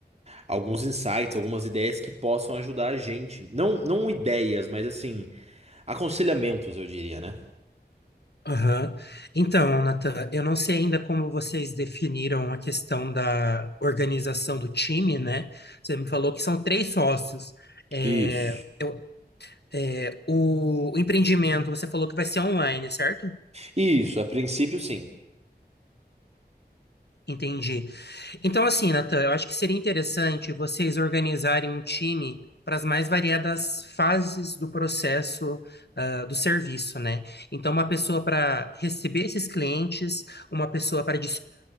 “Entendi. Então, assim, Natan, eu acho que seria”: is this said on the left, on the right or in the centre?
Left